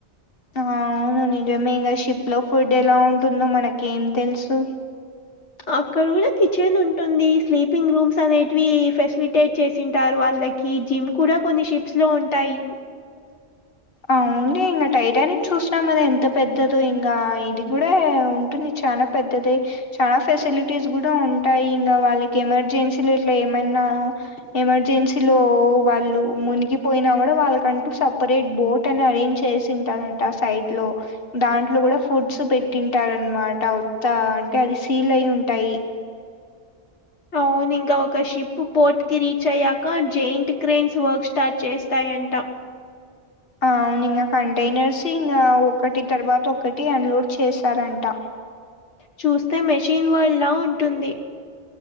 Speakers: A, on the left (about 55°); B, on the left (about 85°).
A: అవును నిజమే ఇంగ షిప్ లో ఫుడ్ ఎలా ఉంటుందో మనకి ఏం తెలుసు
B: అక్కడ గుడా కిచెన్ ఉంటుంది స్లీపింగ్ రూమ్స్ అనేటివి ఫెసిలిటేట్ చేసింటారు వాళ్ళ కి జిమ్ కూడా కొన్ని షిప్స్ లో ఉంటాయి
A: అవున్లే ఇంగ టైటానిక్ చూసినాం అద ఎంత పెద్దదో ఇంగ ఇది గుడా ఉంటుంది చనా పెద్దదే చా ఫెసిలిటీస్ గూడా ఉంటాయి ఇంగా వాళ్ళకి ఎమర్జెన్సీలు ఇట్ల ఏమన్నా ఎమర్జెన్సీలో వాళ్ళు మునిగిపోయినా గూడా వాళ్ళకంటూ సపరేట్ బోట్ అని అరేంజ్ చేసింటారంట సైడ్ లో దాంట్లో గుడా ఫుడ్స్ పెట్టింటారన్మాట వుత్తా అంటే అది సీల్ అయి ఉంటాయి
B: అవును ఇంకా ఒక షిప్ పోర్ట్ కి రీచ్ అయ్యాక జయింట్ క్రెయిన్స్ వర్క్ స్టార్ట్ చేస్తాయంట
A: అవును ఇంగ కంటైనర్స్ ఇంగా ఒకటి తర్వాత ఒకటి అన్లోడ్ చేస్తారంట
B: చూస్తే మెషిన్ వల్డా ఉంటుంది